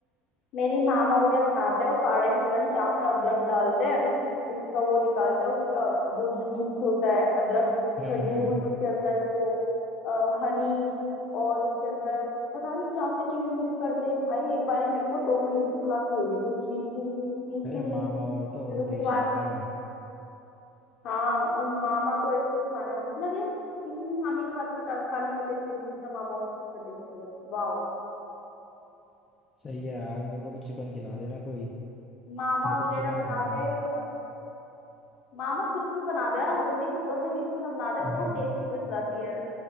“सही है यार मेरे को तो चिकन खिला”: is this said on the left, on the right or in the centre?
Left